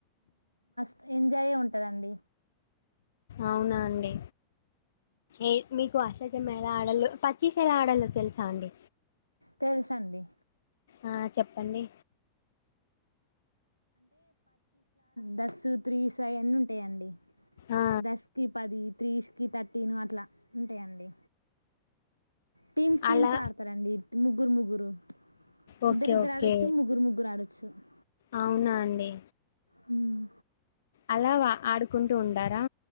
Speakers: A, on the right (about 90°); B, on the left (about 65°).
A: <inaudible> కదండీ
B: అవునా అండి ఏ మీ అష్ట చెమ్మా ఎలా ఆడల్లో పచ్చిసేలా ఆడలో తెలుసా అండి
A: తెలుస అండి
B: ఆహ్ చెప్పండి
A: దసుత్ త్రీసుయాన్నీ ఉంటాయండి
B: ఆ
A: దస్కి పది త్రీస్కి థర్టీను అట్లా ఉంటాయండి టీమ్స్ టీమ్స్
B: అలా
A: ఆడతారండి ము ముగ్గురు ముగ్గురు
B: ఓకే
A: ఇద్దరు ఇద్దరు
B: ఓకే
A: ఆడొచ్చు ముగ్గురు ముగ్గురు ఆడొ <inaudible>
B: అవునా అండి
A: హమ్
B: అలావా ఆడుకుంటూ ఉండారా